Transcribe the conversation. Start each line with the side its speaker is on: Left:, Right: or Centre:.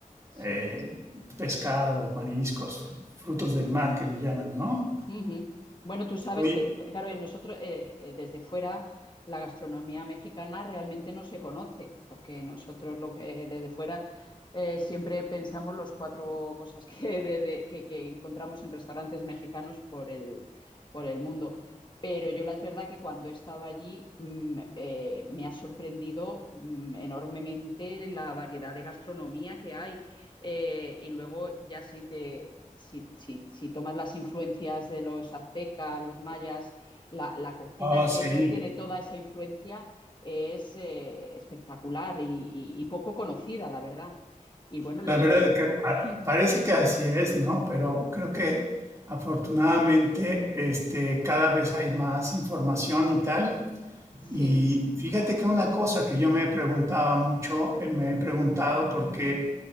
Left: sí.
Right: eh, pescado, mariscos, frutos del mar que le llaman, ¿no?
Left: Ujú. Bueno, tú sabes
Right: Oye,
Left: que, que, claro, en nosotros eh, eh, desde fuera la gastronomía mexicana realmente no se conoce, porque nosotros lo que desde fuera eh, siempre pensamos los cuatro cosas que, <laughs> de- de- que- que encontramos en restaurantes mexicanos por el, por el mundo. Pero yo la es verdad que cuando he estado allí mm, eh, me ha sorprendido mm, enormemente la variedad de gastronomía que hay. Eh, y luego ya siente si, si, si tomas las influencias de los aztecas, los mayas, la, la cocina
Right: oh,
Left: que
Right: sí,
Left: to tiene toda esa influencia es eh, espectacular y, y- y poco conocida, la verdad. Y bueno,
Right: la
Left: lo- y
Right: verdad
Left: tiene-
Right: que pa-
Left: <laughs>
Right: parece que así es, ¿no? Pero creo que afortunadamente este, cada vez hay más información y tal
Left: sí,
Right: Y fíjate que una cosa que yo me preguntaba mucho, eh, me he preguntado porque,